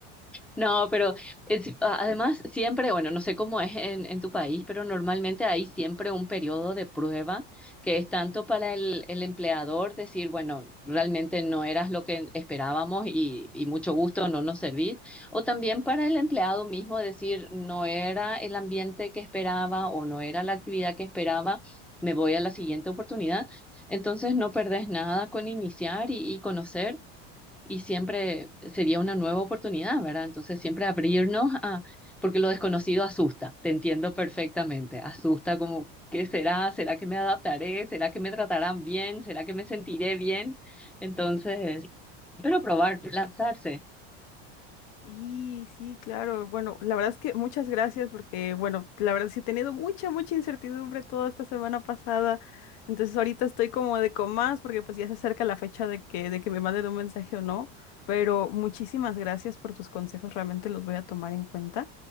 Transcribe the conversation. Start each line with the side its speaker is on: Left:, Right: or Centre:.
Centre: No, pero es- a- además siempre, bueno, no sé cómo es en, en tu país, pero normalmente hay siempre un periodo de prueba que es tanto para el, el empleador decir, bueno, realmente no eras lo que esperábamos y, y mucho gusto no nos servís, o también para el empleado mismo decir, no era el ambiente que esperaba o no era la actividad que esperaba, me voy a la siguiente oportunidad. Entonces no perdés nada con iniciar y y conocer y siempre sería una nueva oportunidad, ¿verdad? Entonces siempre abrirnos a, porque lo desconocido asusta, te entiendo perfectamente, asusta como, ¿qué será? ¿Será que me adaptaré? ¿Será que me tratarán bien? ¿Será que me sentiré bien? Entonces, pero probar, lanzarse.
Left: Sí, sí, claro. Bueno, la verdad es que muchas gracias porque, bueno, la verdad sí he tenido mucha, mucha incertidumbre toda esta semana pasada. Entonces ahorita estoy como de con más porque pues ya se acerca la fecha de que, de que me manden un mensaje o no. Pero muchísimas gracias por tus consejos, realmente los voy a tomar en cuenta.